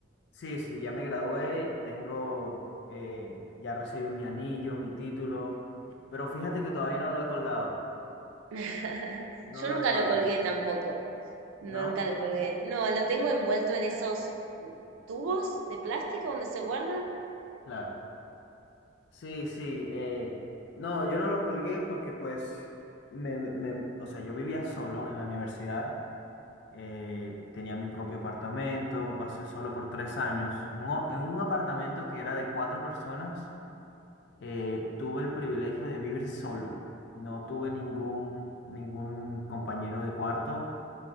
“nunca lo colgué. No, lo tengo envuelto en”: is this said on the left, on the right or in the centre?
Right